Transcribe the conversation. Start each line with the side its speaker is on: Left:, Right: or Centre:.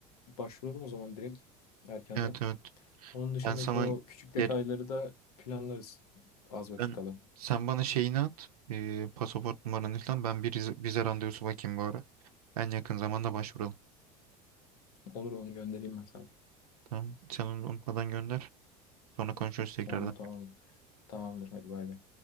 Left: başvuralım o zaman direkt erkenden.
Right: Evet evet.
Left: Onun dışındaki
Right: Ben sana
Left: o küçük detayları
Right: gel
Left: da planlarız az vakit
Right: ben
Left: kala.
Right: sen bana şeyini at. e, pasaport numaranı falan. Ben bir vize, vize randevusu bakayım bu ara. En yakın zamanda başvuralım.
Left: Olur onu göndereyim ben sana.
Right: Tamam. Sen onu unutmadan gönder. Sonra konuşuruz tekrardan.
Left: Oldu tamamdır. Tamamdır hadi bay bay.